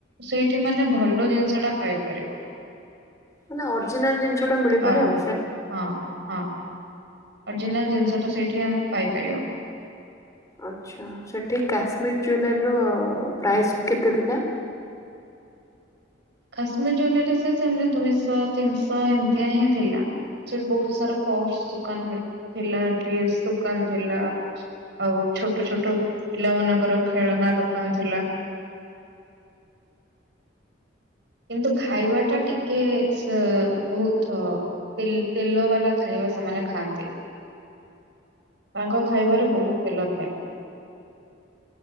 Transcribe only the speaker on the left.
ମାନେ ଅରିଜିନାଲ ଜିନିଷ ଟା ମିଳିପାରେ
ଆଉ
ଆଛା ସେଠି କାଶ୍ମୀର ଜୁଏଲାରୀ ତ ଅ ଅ ପ୍ରାଇସ କେତେ ଥିଲା।